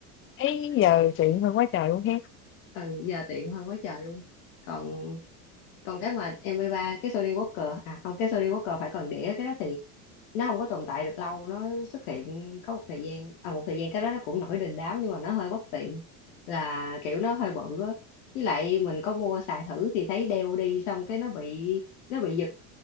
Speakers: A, on the left; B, on the left.
A: Thấy giờ chuyện hơn quá trời luôn ha.
B: ừ giờ tiện hơn quá trời luôn còn còn cái mà MP3 cái Sony Walker à không cái Sony Walker phải còn đĩa cái đó thì nó không có tồn tại được lâu nó xuất hiện có một thời gian à một thời gian cái đó nó cũng nổi đình đám nhưng mà nó hơi bất tiện là kiểu nó hơi bự á với lại mình có mua xài thử thì thấy đeo đi xong cái nó bị nó bị giật